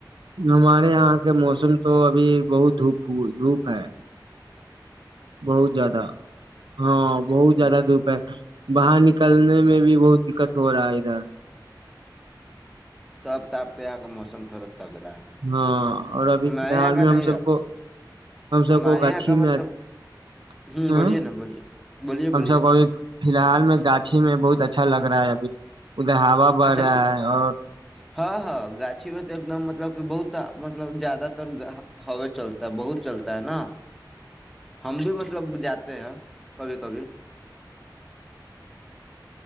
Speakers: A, on the right (about 80°); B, in the centre.
A: ہمارے یہاں کے موسم تو ابھی بہت دھپ دھوپ ہے بہت زیادہ ہاں بہت
B: ہ
A: زیادہ دھوپ ہے باہر نکلنے میں بھی بہت دقت ہو رہا ہے ادھر
B: تب تاپ کے یہاں کا موسم تھوڑا تگڑا ہے
A: ہاں اور ابھی
B: ہمارے
A: فی الحال
B: یہاں کا
A: میں
B: نہیں
A: ہم سب
B: ہے
A: کو ہم سب
B: ہمارے
A: کو گاھی
B: یہاں کا
A: میں
B: مطلب
A: ا
B: ہ بولیے نا بولیے بولیے بولیے
A: ہم سب کو ابھی فی الحال میں گاھی بہت اچھا لگ رہا ہے ابھی ادھر ہوا بڑھ
B: اچھا
A: رہا ہے اور
B: ہاں ہاں گاچھی میں تو ایک دم مطلب کہ بہت مطلب زیادہ تر ہ چلتا ہے بہت چلتا ہے نا ہم بھی مطلب جاتے ہیں کبھی کبھی